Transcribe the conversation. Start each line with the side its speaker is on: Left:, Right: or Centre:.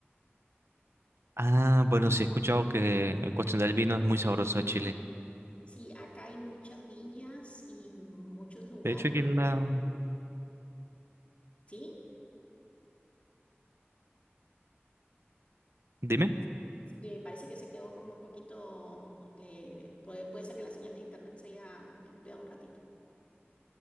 Right: Ah, bueno, sí he escuchado que en cuestión del vino es muy sabroso a Chile.
Left: Sí, acá hay muchas viñas y muchos lugares,
Right: De hecho aquí en la...
Left: ¿sí?
Right: Dime,
Left: Eh, parece que se quedó como un poquito, le- puede, puede ser que la señal de internet se haya lupeado un ratito,